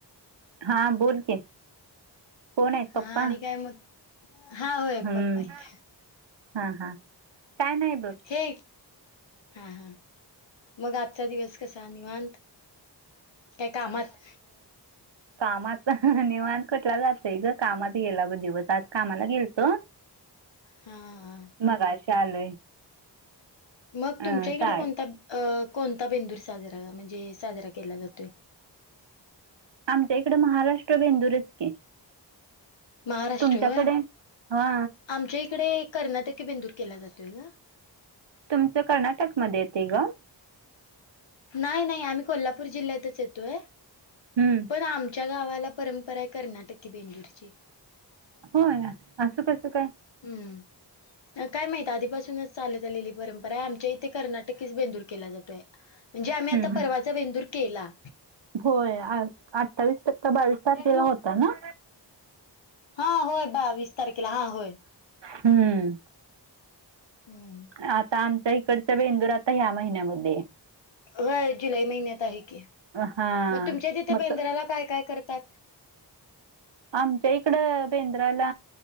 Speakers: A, on the right; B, on the left.
A: हा बोल की कोण आहेत पप्पा
B: हां आणि काय मगं हां होय
A: हम्म
B: पप्पा आहे
A: हा हा काय नाही बघ
B: हे हां हां मगं आजचा दिवस कसां निवांत कायं कामांत
A: कामांत निवांत कसला जातंय गं कामांत गेला बग दिवस तांत कामांला गेलतो
B: हा हा
A: मंगाशि आलोय
B: मगं तुमच्या
A: अ
B: इकडे
A: शाळ
B: कोणतां अ कोणतां बेंदूर साजरा म्हणजे साजरा केला जातोय
A: आमच्या इकडं महाराष्ट्र बेंदूरचं की
B: महाराष्ट्र
A: तुमच्याकडे
B: व्हय
A: हा
B: आमच्या इकडे कर्नाटक बेंदूर केला जातोय गं
A: तुमचं कर्नाटकमंध्ये येते गं
B: नाहीं नाहीं आम्हीं कोल्हापूर जिल्ह्यातच येतोय
A: हम्मं
B: पणं आमच्या गांवाला परंपरा आहे कर्नाटक कु बेदूरची
A: होय असं कसं कायं
B: हम्मं कायं माहित आहे आधीपासूनचं चालतं आलेली परंपरा आहे आमच्या इथे कर्नाटकीचं बेंदूर केलां जातोय म्हणजे आम्हीं आता
A: हम्म
B: पर्वाचा बेदूर केलां
A: होय अठ्ठावीस टकी बावीस तारखेला
B: एक
A: होता नां
B: हां होय बा वीस तारखेला हां होय
A: हम्मं
B: हम्मं
A: आता आमच्या इकडच्या बेंदूर आता ह्यां महिन्यांमध्ये आहे
B: हो जुललै महिन्यांत आहे की मगं
A: हा
B: तुमच्या तिथे
A: मग
B: बेंद्राला कायं कायं करतात
A: आमच्या इकडं बेंद्राला